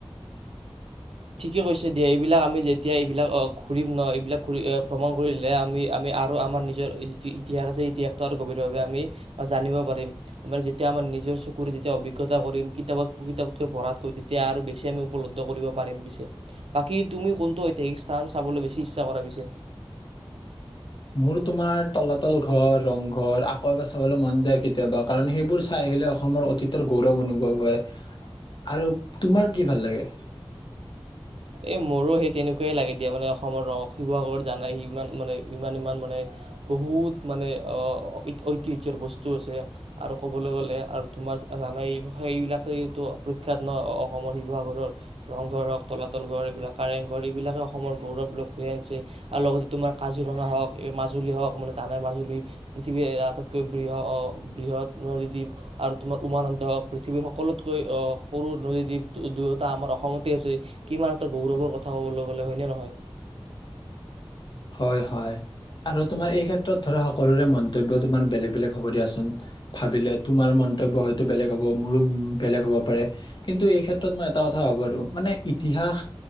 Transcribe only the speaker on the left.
মোৰ তোমাৰ তলাতল ঘৰ ৰংঘৰ আকৌ এবাৰ চাবলৈ মন যায় কেতিয়াবা কাৰণ সেইবোৰ চাই আহিলে অসমৰ অতীতৰ গৌৰৱ অনুভৱ হয় আৰু তোমাৰ কি ভাল লাগে?
হয়-হয় আৰু তোমাৰ এই ক্ষেত্ৰত ধৰা সকলোৰে মন্তব্য তোমাৰ বেলেগ-বেলেগ হ'ব দিয়াচোন, ভাবিলে তোমাৰ মন্তব্য হয়তো বেলেগ হ'ব, মোৰো বেলেগ হ'ব পাৰে কিন্তু এই ক্ষেত্ৰত মই এটা কথা ভাবো ৰো মানে ইতিহাস